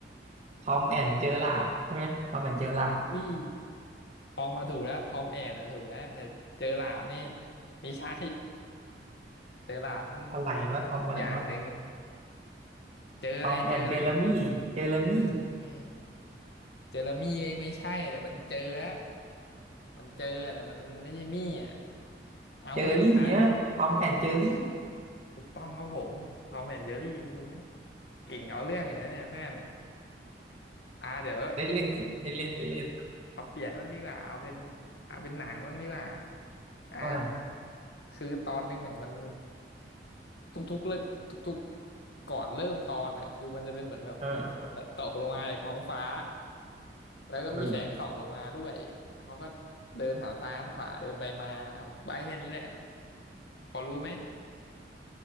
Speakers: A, on the right (about 40°); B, on the left (about 70°).
A: ทอมแอนเจอราร์ดใช่ไหมทอมแอนเจอราร์ด
B: อุ้ยทอมมาถูกแล้วทอมแอนนะถูกแล้วแต่เจอหลาดนี่ไม่ใช่เจอหลาดนั่น
A: อะไรวะทอมอะไรวะ
B: อีกอย่างหนึ่ง เจออะไรเจออะไร
A: ทอมแอนเจอร์มี่เจอร์มี่
B: โอ้ยเจอแล้วมี่ก็ยังไม่ใช่แต่มันเจอแล้วมันเจออะแต่มันมันไม่ใช่มี่อ่ะเอาไว้ให้สุดท้ายแล้ว
A: เจอรี่ฮะทอมแอนเจอรี่
B: อุ้ยถูกต้องครับผมทอมแอนเจอรี่มึงเก่งเอาเรื่องอย่างนี้เนี่ยเพื่อนอ่าเดี๋ยว
A: ได้เล่นนี่ได้เล่นได้เล่น
B: เอาเปลี่ยนบ้างดีกว่าเอาเป็นเอาเป็นหนังบ้างดีกว่าอ่า
A: อ่า
B: คือตอนนึงอ่ะมัน ทุกๆเลิกทุกๆก่อนเริ่มตอนอ่ะคือมันจะเป็นเหมือนแบบขวดอะตกลงมาจากท้องฟ้า
A: เออ
B: แล้วก็มีแสงส่องลงมาด้วยเขาก็
A: เอ้ย
B: เดินหันซ้ายหันขวาเดินไปมาเอาใบแค่นี้แหละพอรู้ไหม